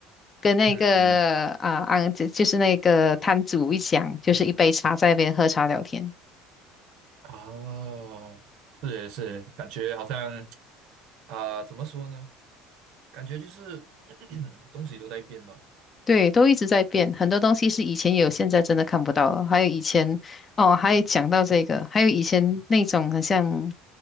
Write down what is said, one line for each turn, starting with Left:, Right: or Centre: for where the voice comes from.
Left: 跟那个啊啊就就是那个摊主一讲，
Right: 嗯
Left: 就是一杯茶在那边喝茶聊天。
Right: 啊，是耶是耶，感觉好像啊，怎么说呢？感觉就是 <coughs> <clears throat> 东西都在变吧。
Left: 对，都一直在变，很多东西是以前有，现在真的看不到了。还有以前，哦，还有讲到这个，还有以前那种很像